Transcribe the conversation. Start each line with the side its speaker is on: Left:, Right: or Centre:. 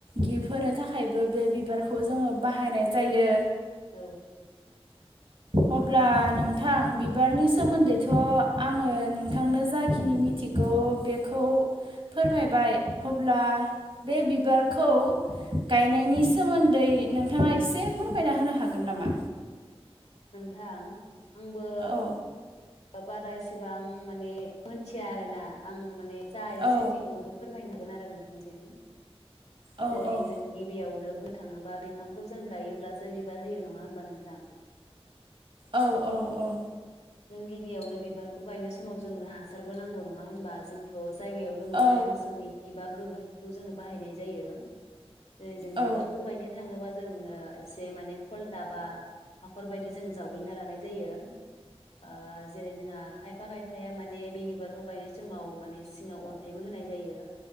Right: गिफ्ट होनो थाखायबो बे बिबारखौ जोङो बाहायनाय जायो।
Left: औ
Right: अब्ला नोंथां बिबारनि सोमोन्दैथ' आङो नोंथांनो जाखिनि मिथिगौ बेखौ फोरमायबाय अब्ला बे बिबारखौ गायनायनि सोमोन्दै नोंथाङा एसे फोरमायना होनो हागोन नामा?
Left: थां आंबो
Right: औ
Left: बारा एसेबां माने मोनथिया आरो ना आं माने जायसो
Right: औ
Left: मिथिगौ बेखौ फोरमायनो हागोन आरो नोंथांनिसिम
Right: औ
Left: जेरै
Right: औ
Left: जों गिबियावनो बुंनो थाङोबा बिफांखौ जों गायोब्लासो बिबार होयो नङा होनबा नोंथां
Right: औ औ औ
Left: जों गिबियावनो बिबारखौ गायनाय समाव जोंनो हासारबो नांगौ नङा होनबा जोंथ' जायगायावनो मोननाय
Right: औ
Left: मोसौनि खि बा गोबोरखिखौ जों बाहायनाय जायो जेरै जों
Right: औ
Left: बिबारखौ गायनो थाङोबा जों ओ एसे माने ख'लता बा हाख'र बायदि जों जावग्लिना लानाय जायो ओ जेरै जोंहा खायफा खायफाया माने बे बिबारखौ गायनाय सोमाव माने सिङाव अन थायबो होनाय जायो